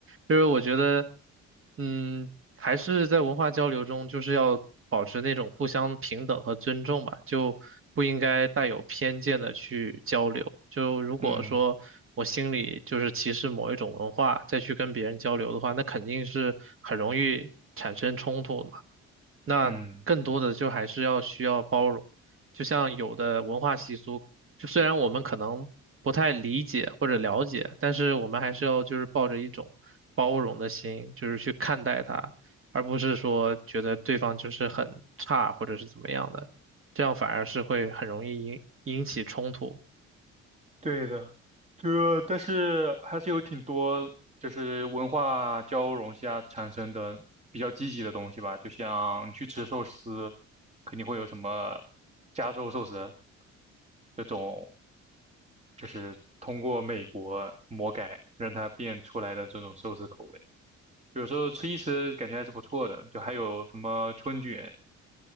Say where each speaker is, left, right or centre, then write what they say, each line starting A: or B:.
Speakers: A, on the right; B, on the right.
A: 就是我觉得，嗯。还是在文化交流中，就是要保持那种互相平等和尊重吧，就不应该带有偏见的去交流。就如果说我心里就是歧视某一种文化，
B: 嗯
A: 再去跟别人交流的话，那肯定是很容易产生冲突的嘛。那更多的就还是要需要包容，
B: 嗯。
A: 就像有的文化习俗，就虽然我们可能不太理解或者了解，但是我们还是要就是抱着一种包容的心，就是去看待它。而不是说觉得对方就是很差或者是怎么样的，这样反而是会很容易引引起冲突。
B: 对的，这但是还是有挺多就是文化交融下产生的比较积极的东西吧，就像你去吃寿司，肯定会有什么加州寿司这种，就是通过美国魔改让它变出来的这种寿司口味，有时候吃一吃感觉还是不错的，就还有什么春卷。